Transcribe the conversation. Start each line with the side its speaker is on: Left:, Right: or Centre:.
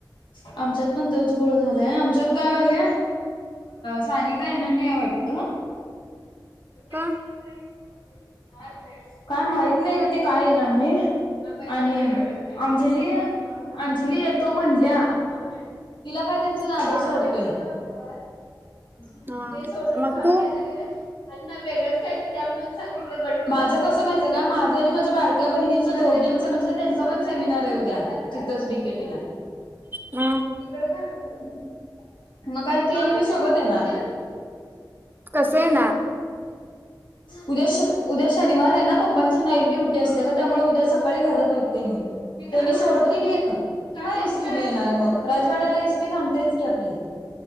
Left: आमच्यात पण तेच गोळ झाला. लई आमच्यात काय व्हायल सानिका येणार नाहीआय वाटत <unintelligible>
Right: का?
Left: काय माहित नाही ग ती काय येणार नाही आणि अंजली अंजली येतो म्हटल्या तिला काय त्यांचा दादा
Right: हा.
Left: सोडतोय. त आज
Right: हा
Left: ते सोडून
Right: मग
Left: खार
Right: तू
Left: घ्या ना गेलोय आणि माझं वेगळंच काहीतरी द्या म्हणून सांगितलं माझं कसं माहिती काय माझं आणि माझ्या बारक्या बहिणीचं दोघींच म्हणजे त्यांचा पण सेमिनार आहे उद्या तिथेच डी के टी ई ला
Right: अ
Left: तिकड खाली. मग काय त मी सोबत येणार.
Right: कसंय न, हा
Left: उद्या उद्या शनिवार आहे ना पप्पांची नाईट ड्युटी असते का त्यामुळे उद्या सकाळी घरात आहेत त्यांनी त्यांनी सोडतील एक किंवा एसटी न येणार मग राजवाड्याला एसटी थांबतेच की आपली.